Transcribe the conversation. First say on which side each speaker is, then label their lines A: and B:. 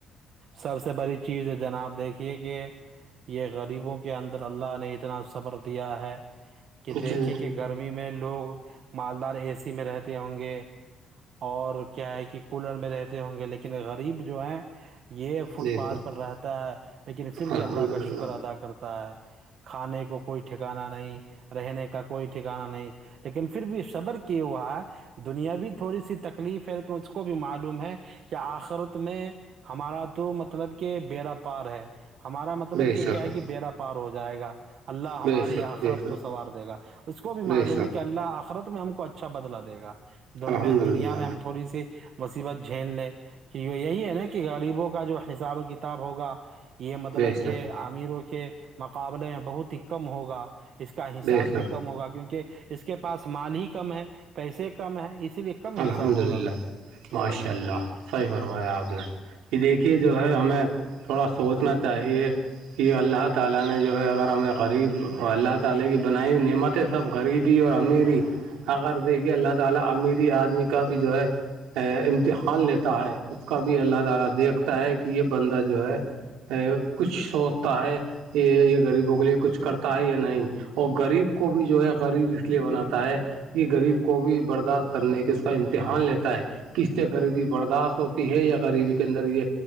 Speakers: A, on the right; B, on the right.
A: سب سے بڑی چیز ہے جناب دیکھیے کہ یہ غریبوں کے اندر اللہ نے اتنا صبر دیا ہے کہ دیکھیں
B: جی
A: کہ گرمی میں لوگ مالدار اے سی میں رہتے ہوں گے اور کیا ہے کہ کولر میں رہتے ہوں گے لیکن غریب جو ہے یہ فٹ
B: بے
A: پاتھ
B: شک
A: پر رہتا ہے لیکن پھر بھی
B: الحمد
A: اللہ کا
B: للہ
A: شکر ادا کرتا ہے کھانے کو کوئی ٹھکانا نہیں رہنے کا کوئی ٹھکانا نہیں لیکن پھر بھی صبر کیا ہوا ہے دنیاوی تھوڑی سی تکلیف ہے اس کو بھی معلوم ہے کہ آخرت میں ہمارا تو مطلب کہ بییرا پار ہے ہمارا مطلب
B: بے
A: کہ
B: شک
A: کیا ہے کہ بییرا پار ہو جائے گا اللہ ہماری
B: بے شک
A: آخرت
B: بے شک
A: کو سنوار دے گا اس کو بھی
B: بے
A: معلوم
B: شک
A: ہے کہ اللہ آخرت میں ہم کو اچھا بدلا دے گا د
B: الحمد للہ
A: دنیا میں ہم تھوڑی سی مصیبت جھیل لے کہ یہ یہی ہے نا کہ غریبوں کا جو حساب و کتاب ہوگا یہ مطلب
B: بے شک
A: کہ امیروں کے مقابلے میں بہت ہی کم ہوگا اس کا حساب
B: بے شک
A: بھی کم ہوگا کیونکہ اس کے پاس مال ہی کم ہے پیسے کم ہیں اس لیے کم
B: الحمد
A: حساب ہوگا
B: للہ ماشاء
A: جی
B: اللہ صحیح فرمایا آپ نے کہ دیکھیے جو ہے ہمیں تھوڑا سوچنا چاہیے کہ اللہ تعالی نے جو ہے اگر ہمیں غریب اللہ تعالی کی بنائی ہوئی نعمت ہے سب غریبی اور امیر ہی اگر دیکھیے اللہ تعالی امیری آدمی کا بھی جو ہے ا امتحان لیتا ہے اس کا بھی اللہ تعالی دیکھتا ہے کہ یہ بندہ جو ہے کچھ سوچتا ہے یہ یہ غریبوں کے لیے کچھ کرتا ہے یا نہیں اور غریب کو بھی جو ہے غریب اس لیے بناتا ہے کہ غریب کو بھی برداشت کرنے کے اس کا امتحان لیتا ہے کس سے غریبی برداشت ہوتی ہے یا غریبی کے اندر یہ